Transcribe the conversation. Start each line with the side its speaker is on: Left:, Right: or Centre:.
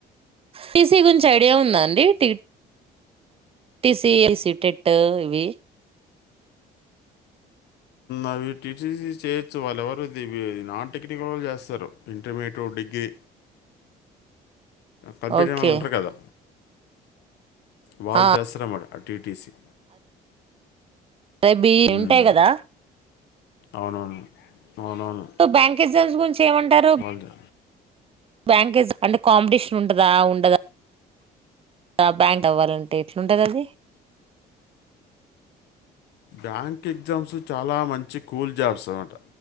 Right: టీసీ గురించి ఐడియా ఉందా అండి టీ టిసిఐసి టెట్ ఇవి
Left: అవి టీసీసీ చేయొచ్చు వాళ్లు ఎవరు ఇది అ నాన్ టెక్నికల్ వాళ్ళు చేస్తారు ఇంటర్మీడియట్ డిగ్రీ కంప్యూటర్వాళ్ళు
Right: ఓకే
Left: ఉంటారు కదా వాళ్ళు
Right: ఆ
Left: చేస్తారు అన్నమాట టీటీసీ
Right: ఏ బి
Left: మ్,
Right: ఉంటాయి కదా
Left: అవునవును అవునవును
Right: అంటే బ్యాంక్ ఎగ్జామ్స్ గురించి ఏమంటారు?
Left: వాళ్ళు
Right: బ్యాంకేజ్ అంటే, కాంపిటెషన్ ఉంటదా! ఉండదా? ఆ బ్యాంక్ అవ్వాలంటే, ఎట్లుంటది అది
Left: బ్యాంక్ ఎగ్జామ్స్ చాలా మంచి కూల్ జాబ్స్ అన్నమాట.